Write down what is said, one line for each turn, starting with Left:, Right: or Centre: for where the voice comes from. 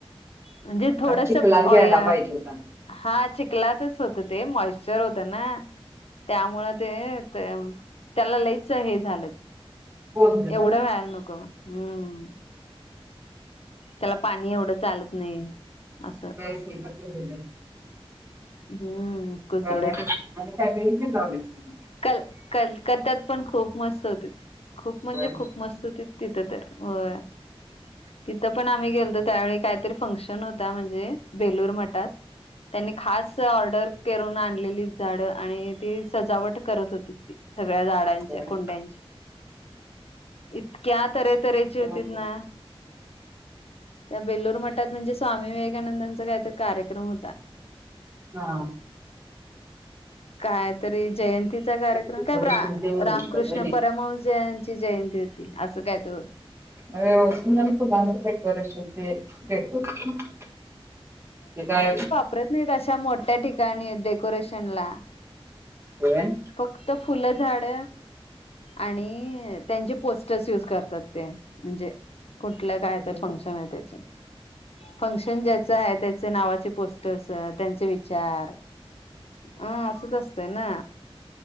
Left: म्हणजे थोडस
Right: चिखलात घ्यायला
Left: आँय
Right: पाहिजे होता.
Left: हा चिकलातच होतं ते मॉइशचर होत ना त्यामुळे. ते त्याला लईच हे झालं
Right: कोंडलं
Left: एवढं
Right: झालं.
Left: व्हायला नको. हम्म हम त्याला पाणी एवढं चालत नाही असं.
Right: तेच ते <unintelligible>
Left: हम्म. कुजलं
Right: ब आणि
Left: ते
Right: काय बगितल <unintelligible>
Left: कल कलकत्यात पण खूप मस्त होती खूप म्हणजे
Right: होय.
Left: खूप मस्त होतीत. तिथं तर होय. तिथं पण आम्ही गेलतो त्यावेळी काहीतरी फंक्शन होता म्हणजे बेलूर म त्यांनी खास च ऑर्डर करून आणलेली झाड आणि ती सजावट करत होती ती सगळ्या झाड
Right: होय.
Left: चे कुंड्यांचे इतक्या तरेतरेची
Right: हा
Left: होतीत ना त्या बेल्लुर मठात म्हणजे स्वामी विवेकानंदांचा काहीत कार्यक्रम होता.
Right: हा
Left: कायतरी जयंतीचा कार्यक्रम
Right: डेकोरेशन
Left: काय रा
Right: ते ओरिजनल
Left: रामकृष्ण
Right: होय नी.
Left: परम भाऊ जयंती ची जयंती होती असं काय तर होत.
Right: अ त नन फुलर ब वर असते <unintelligible> हे काय?
Left: प्रत्येक अशा मोठ्या ठिकाणी डेकोरेशन ला
Right: हो <unintelligible>
Left: फक्त फुलं झाड आणि त्यांचे पोस्टर्स यूज करतात ते म्हणजे कुठलं काय
Right: कशाचे
Left: तर फंक्शन आहे त्याचे. फंक्शन ज्याचं आहे त्याचे नावाचे पोस्टर्स त्यांचे विचार. ह असंच असतंय ना.